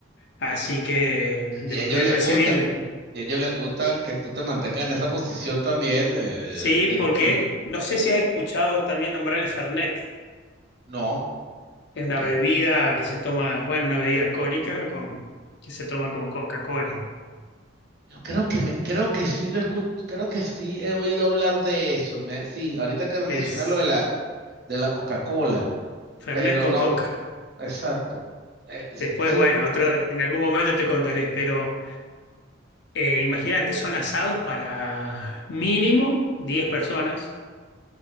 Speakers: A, on the left (about 65°); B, on the right (about 60°).
A: Así que después
B: Y a ellos
A: de
B: les
A: recibir,
B: gusta, y a ellos les gusta que tú te mantengas en esa posición también de...
A: sí,
B: <laughs>
A: porque no sé si has escuchado también nombrar el Fernet,
B: No,
A: es una
B: que
A: bebida que se toma, bueno, una bebida alcohólica con, que se toma con Coca-Cola.
B: yo creo que me, creo que sí lo escucho, creo que sí he oído hablar de eso. me- sí, ahorita que me mencionas
A: Es.
B: lo de la de la Coca-Cola,
A: Fernet
B: pero
A: con
B: no,
A: coca.
B: exacto. eh,
A: Después,
B: sí,
A: bueno, otro, en algún momento te contaré, pero eh, imagínate, son asados para mínimo 10 personas,